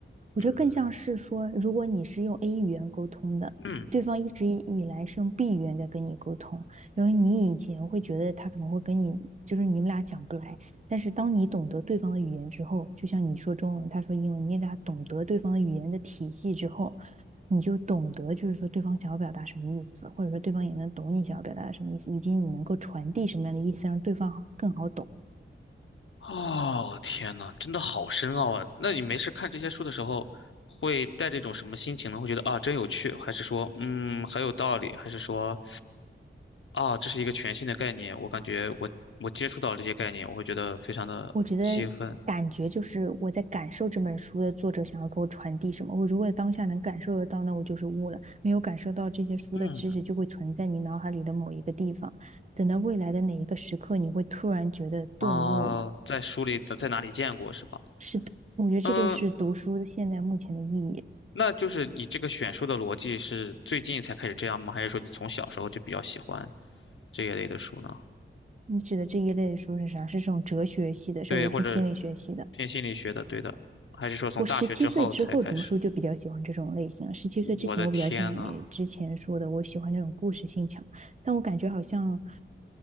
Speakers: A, on the right; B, on the left.
A: 我觉得更像是说，
B: 嗯
A: 如果你是用 A 语言沟通的，
B: 嗯，
A: 对方一直以以来是用 B 语言在跟你沟通，然后你以前会觉得他怎么会跟你，就是你们俩讲不来，但是当你懂得对方的语言之后，就像你说中文，他说英文，你俩懂得对方的语言的体系之后，你就懂得就是说对方想要表达什么意思，或者说对方也能懂你想要表达什么意思，以及你能够传递什么样的意思，让对方更好懂。
B: 哦天呐，真的好深奥啊！那你没事看这些书的时候，会带这种什么心情呢？会觉得啊真有趣，还是说嗯很有道理，还是说啊这是一个全新的概念？我感觉我我接触到这些概念，我会觉得非常的兴奋。
A: 我觉得感觉就是我在感受这本书的作者想要给我传递什么。我如果当下能感受得到，那我就是悟了；没有感受到这些书的知识，
B: 嗯。
A: 就会存在你脑海里的某一个地方。等到未来的哪一个时刻，你会突然觉得顿悟了。
B: 啊，在书里的在哪里见过是吧？
A: 是的，我觉得这就是读书的现在目前的意义。
B: 嗯，那就是你这个选书的逻辑是最近才开始这样吗？还是说你从小时候就比较喜欢这一类的书呢？
A: 你指的这一类的书是啥？是这种哲学系的，稍微偏心理学系的。
B: 对，或者偏心理学的，对的，还是说从大学之后才开始？
A: 我十七岁之后读书就比较喜欢这种类型了。十七岁之前，
B: 我的天呐，
A: 我比较像你之前说的，我喜欢那种故事性强。但我感觉好像